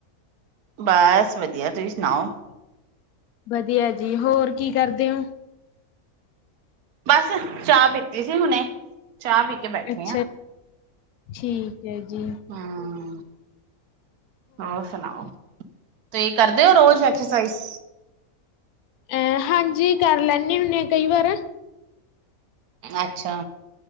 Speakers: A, on the right; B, on the left.
A: ਬੱਸ ਵਧੀਆ ਤੁਸੀ ਸਣਾਓ।
B: ਵਧੀਆ ਜੀ ਹੋਰ ਕੀ ਕਰਦੇ ਓ।
A: ਬਸ ਚਾ ਪੀਤੀ ਸੀ ਹੁਣੇ, ਚਾ ਪੀ ਕੇ ਬੈਠੇ
B: ਅਛਾ,
A: ਆ।
B: ਠੀਕ ੲੈ ਜੀ।
A: ਹਾਂ। ਹੋਰ ਸਣਾਓ, ਤੁਸੀ ਕਰਦੇ ਓ ਰੋਜ ਐਕਸਸਾਈਸ?
B: ਐ, ਹਾਂਜੀ ਕੱਰ ਲੈਣੇ ਹੁੰਣੇ ਕਈ ਵਾਰ।
A: ਐਛਾ।